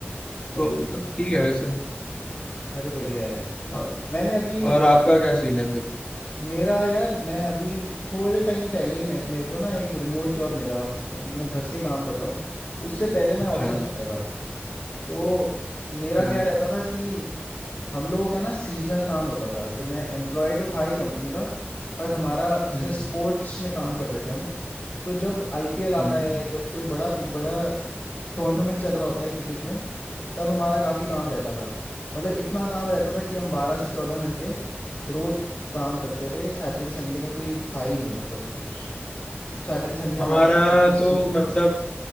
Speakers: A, on the left; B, on the left.
A: तो मतलब ठीक है वैसे
B: अरे बढ़िया है
A: और,
B: मैंने अभी
A: और आपका क्या सीन है फिर
B: मेरा यार मैं अभी थोड़े टाइम पहले ही मैं मेरे को ना एक रिमोट जॉब मिला अभी मैं घर से ही काम कर रहा हूँ उससे पहले
A: अच्छा
B: मैं ऑफिस जाता था तो मेरा
A: हम्म
B: क्या रहता था कि हम लोगों का ना सीजनल काम होता था तो मैं एम्प्लॉय तो था ही कंपनी का पर हमारा जैसे
A: हम्म
B: स्पोर्ट्स में काम कर रहे थे हम तो जब आईपीएल आता
A: हम्म।
B: है जब कोई बड़ा बड़ा टूर्नामेंट चल रहा होता है क्रिकेट में तब हमारा काफ़ी काम रहता था मतलब इतना काम रहता था कि हम बारह से चौदह घंटे रोज़ काम करते थे सैटरडे संडे का कोई था ही नहीं मतलब कुछ सैटरडे संडे
A: हमारा
B: हमारे लिए एग्जिस्ट
A: तो
B: नहीं करता
A: मतलब
B: था